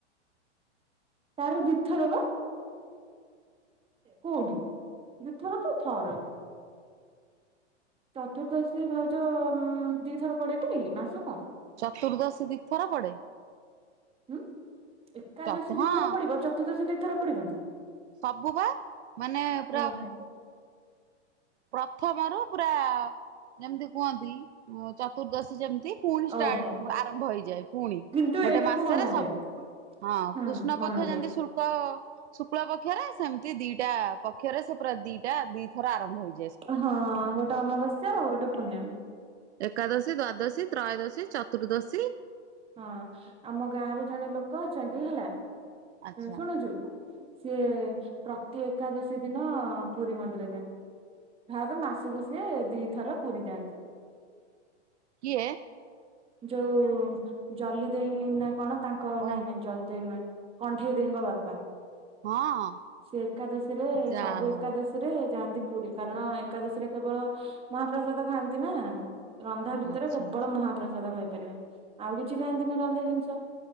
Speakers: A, on the right; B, on the right.
A: ତାର ଦି ଥର ବା। କୋଉଠି ଦି ଥର ତ ଥରେ। ଚତୁର୍ଦ୍ଦଶୀ ଭାଉଜ ଦିଥର ପଡେଟି ମାସକୁ?
B: ଚତୁର୍ଦ୍ଦଶୀ ଦି ଥର ପଡେ।
A: ହୁଁ ଏକାଦଶୀ
B: ଚତୁ ହଁ
A: ଦି ଥର ପଡିବ ଚତୁର୍ଦ୍ଦଶୀ ଦି ଥର ପଡିବନି।
B: ସବୁ ବା ମାନେ ପୁରା
A: ଓହୋ
B: ପ୍ରଥମ ରୁ ପୁରା ଯେମିତି କୁହନ୍ତି ଚତୁର୍ଦ୍ଦଶୀ ଯେମିତି ପୁଣି ଷ୍ଟାର୍ଟ
A: ଓହୋ
B: ଆରମ୍ଭ ହେଇଯାଏ ପୁଣି
A: କିନ୍ତୁ
B: ଗୋଟେ
A: ଏଇଟାକୁ
B: ମାସରେ
A: ମନାଯାଏ
B: ସବୁ। ହଁ
A: ହୁଁ
B: କୃଷ୍ଣ
A: ମନାଯାଏ
B: ପକ୍ଷ ଯେମିତି ଶୁଳ୍କ ଶୁକ୍ଳ ପକ୍ଷରେ ସେମିତି ଦିଟା ପକ୍ଷରେ ସେ ପୁରା ଦିଟା ଦି ଥର ଆରମ୍ଭ ହୋଇ
A: ହଁ ଗୋଟେ ଅମାବାସ୍ୟା ଆଉ ଗୋଟେ ପୂର୍ଣ୍ଣିମା।
B: ଏକାଦଶୀ ଦ୍ଵାଦଶୀ ତ୍ରୟୋଦଶୀ ଚତୁର୍ଦ୍ଦଶୀ।
A: ହଁ ଆମ ଗାଁରେ ଜଣେ ଲୋକ ଅଛନ୍ତି ହେଲା।
B: ଆଚ୍ଛା
A: ଶୁଣୁଚୁ ସେ ପ୍ରତି ଏକାଦଶୀ ଦିନ ପୁରୀ ମନ୍ଦିର ଯାଆନ୍ତି। ଭାବ୍ ମାସୁକୁ ସିଏ ଦିଥର ପୁରୀ ଯାଆନ୍ତି।
B: କିଏ?
A: ଯୋଉ ଜଲି ଦେଇ ନା କଣ ତାଙ୍କ
B: ଓ
A: ନାଇଁ ନାଇଁ ଜଲି ଦେଇ ନାଇଁ କଣ୍ଢେଇ ଦେଇ ଙ୍କ ବାପା।
B: ହଁ
A: ସେ ଏକାଦଶୀ ରେ
B: ଯାହା
A: ସବୁ
B: ହଉ
A: ଏକାଦଶୀ ସେଥିରେ ଯାଆନ୍ତି ପୁରୀ କାରଣ ଏକାଦଶୀରେ କେବଳ ମହାପ୍ରସାଦ ଖାଆନ୍ତି ନା। ରନ୍ଧା ଭିତରେ
B: ଆଚ୍ଛା
A: କେବଳ ମହାପ୍ରସାଦ ଖାଇପାରିବେ, ଆଉ କିଛି ଖାଆନ୍ତିନି ରନ୍ଧା ଜିନିଷ।